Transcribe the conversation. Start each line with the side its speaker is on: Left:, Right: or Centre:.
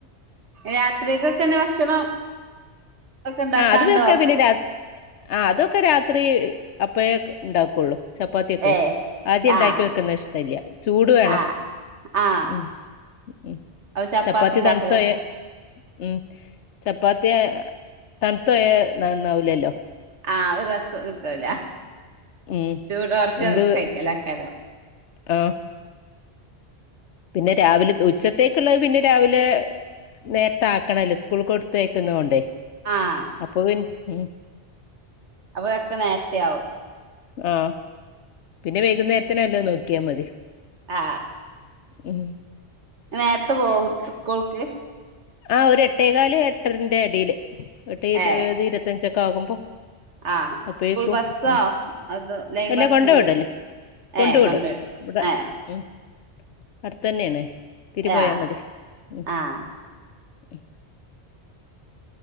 Right: രാത്രിക്കൊക്കെന്നെ ഭക്ഷണം ഒക്കെ ഇണ്ടാക്കാണ്ടോ
Left: ആ അതൊക്കെ പിന്നെത് ആ അതൊക്കെ രാത്രി അപ്പേ ഉണ്ടാക്കുള്ളു ചപ്പാത്തിയ ഒക്കെ
Right: ഏ
Left: ആദ്യം ഉണ്ടാക്കി
Right: ആഹ്
Left: വെക്കുന്ന ഇഷ്ടല്ല ചൂട് വേണം
Right: ആഹ് ആഹ്
Left: ഉ ഉ
Right: അപ്പൊ
Left: ചപ്പാത്തി
Right: ഇണ്ടാക്കലൊക്കെ
Left: തണുത്തു പൊയ ഉം ചപ്പാത്തിയ തണുത്തോയനന്നാവലല്ലോ
Right: ആ ഒരു സം കിട്ടൂല
Left: ഉം
Right: ചൂടോഓർക്ക
Left: എന്ത്
Right: കഴിക്കല ആക്കാലോ
Left: ആ പിന്നെ രാവിലെ ഉച്ചത്തേക്കുള്ളത് പിന്നെ രാവിലെ നേരത്തെ ആക്കണല്ലേ സ്കൂൾ കൊടുത്തേക്കുന്ന കൊണ്ടേ
Right: ആഹ്
Left: അപ്പൊ ഉ
Right: അപ്പൊതൊക്കെ നേരത്തെ ആവും
Left: ആ പിന്നെ വൈകുന്നേരത്തിനല്ലോ നോക്കിയാൽ മതി
Right: ആ
Left: ഉം
Right: നേരത്തെ പോക സ്കൂൾക്ക്
Left: ആ ഒരു എട്ടേകാല് എട്ടരന്റെ അടിയില് എട്ട് ഇരുത്
Right: ഏ
Left: ഇരുപത്തഞ്ചൊക്കെ ആകുമ്പോ
Right: ആഹ്
Left: അപ്പേക്കും
Right: സ്കൂൾ ബസ്സോ
Left: ഉ
Right: അതോ ലൈൻ
Left: എല്ലാം
Right: ബസ്സിന്
Left: കൊണ്ട വിടല്ലേ കൊണ്ട
Right: ഏ
Left: വിടും
Right: കൊണ്ട്
Left: ഇവിടെ
Right: ഏ
Left: ഉ അടുത്തതന്നെയണ തിരി പോയാ
Right: ആഹ്
Left: മതി ഉ
Right: ആഹ്
Left: ഉ